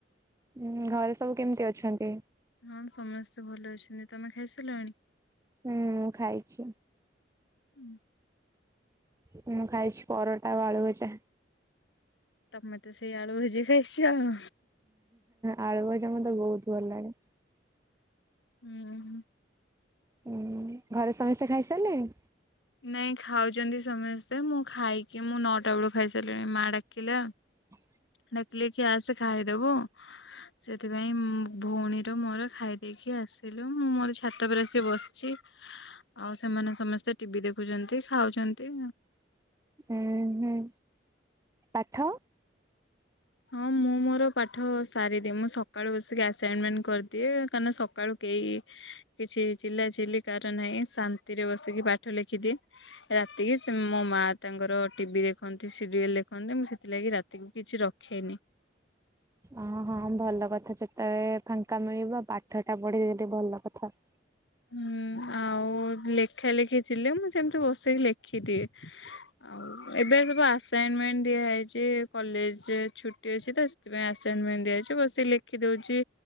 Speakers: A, on the right; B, on the left.
A: ଉଁ ଘରେ ସବୁ କେମିତି ଅଛନ୍ତି?
B: ହଁ ସମସ୍ତେ ଭଲ ଅଛନ୍ତି ତମେ ଖାଇସାଲଣି?
A: ହୁଁଁ ମୁଁ ଖାଇଛି।
B: ହୁଁ।
A: ହୁଁ ମୁଁ ଖାଇଛି ପରଟା ଆଉ ଆଲୁଗଜା।
B: ତମେ ତ ସେଇ ଆଳୁ ଭୁଜି ଖାଇଛ ଆଉ।
A: ଆଳୁ ଭଜା ମତେ ବହୁତ ଭଲ ଲାଣି।
B: ଉଁ ହୁଁ।
A: ହୁଁ ଘରେ ସମସ୍ତେ ଖାଇ ସାରିଲେଣି?
B: ନାଇଁ ଖାଉଛନ୍ତି ସମସ୍ତେ ମୁଁ ଖାଇକି ମୁଁ ନଅଟା ବେଳୁ ଖାଇସାରିଲିଣି ମାଆ ଡାକିଲା
A: ହଁ
B: ଡାକିଲେ କି ଆସ ଖାଇଦେବୁ ସେଥିପାଇଁ ଭଉଣୀର ମୋର ଖାଇ ଦେଇେକି ଆସିଲୁ ମୁଁ ମୋର ଛାତ ଉପରେ ଆସିଛି ବସିଛି। ଆଉ ସେମାନେ ସମସ୍ତେ ଟିଭିି ଦେଖୁଛନ୍ତି ଖାଉଛନ୍ତି।
A: ଉଁ ହୁଁ ପାଠ?
B: ହଁ ମୁଁ ମୋର ପାଠ ସାରିଦିଏ ମୁଁ ସକାଳୁ ବସିକି ଆସାଇନମେଣ୍ଟ କରିଦିଏ କାରଣ ନ ସକାଳୁ କେହି କିଛି ଚିଲା ଚିଲି କାହାର ନାହିଁ ଶାନ୍ତିରେ ବସିକି ପାଠ ଲେଖିଦିଏ ରାତିକି ସେ ମୋ ମା ତାଙ୍କର ଟିଭି ଦେଖନ୍ତି ସିରିଏଲ ଦେଖନ୍ତି ମୁଁ ସେଥିଲାଗି ରାତିକୁ କିଛି ରଖ୍ ଖେନି।
A: ଓ ହଁ ଭଲ କଥା ଯେତେବେଳେ ଫାଙ୍କା ମିଳିବ ପାଠଟା ପଢି ଦେଲେ ଭଲ କଥା।
B: ହୁଁ ଆଉ ଲେଖା ଲେଖି ଥିଲେ ମୁଁ ସେମତି ବସିକି ଲେଖିଦିଏ। ଆଉ ଏବେ ସବୁ ଆସାଇନମେଣ୍ଟ ଦିଆହେଇଛି କଲେଜରେ ଛୁଟି ଅଛି ତ ସେଥିପାଇଁ ଆସାଇନମେଣ୍ଟ ଦିଆହେଇଛି ବସି ଲେଖିଦଉଛି।